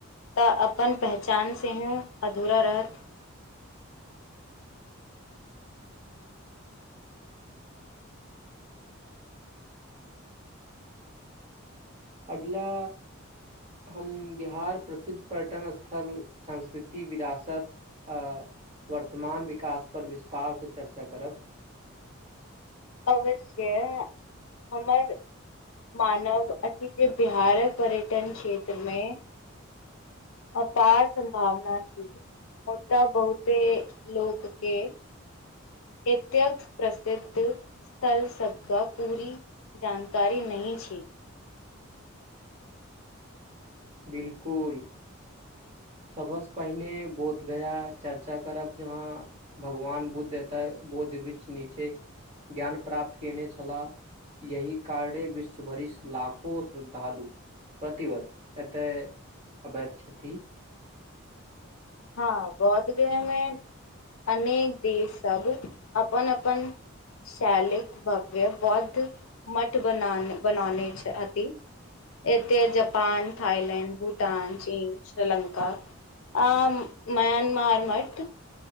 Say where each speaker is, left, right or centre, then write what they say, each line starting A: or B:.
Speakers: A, on the left; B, on the right.
A: तऽ अपन पहचान से हो अधूरा रहत
B: अगला हम बिहार प्रसिद्ध पर्यटन स्थल संंस्कृति विरासत अ वर्तमान विकास पर विस्तार से चर्चा करब
A: अवश्ये हमर मानव अथी जे बिहार पर्यटन क्षेत्र मे अपार संभावना छी ओत बहुते लोक के एतक प्रसिद्ध स्थल सब क पूरी जानकारी नहि छी
B: बिल्कुल सबह सऽ पहिने बोध गया चर्चा करब जहाँ भगवान बुद्ध एतय बोद्धि वृष नीचे ज्ञान प्राप्त कयने छलाह यहि कारने विश्व भरि लाखो श्रद्धालु प्रतिवर्ष एतय अवति छथि
A: हँ बौद्ध गया मे अनेक देश सब अपन अपन शैल भव्य बौद्ध मठ बना बनाने छति एते जपान थाइलैंड भूटान चीन श्रीलंका आम म्यानमार मठ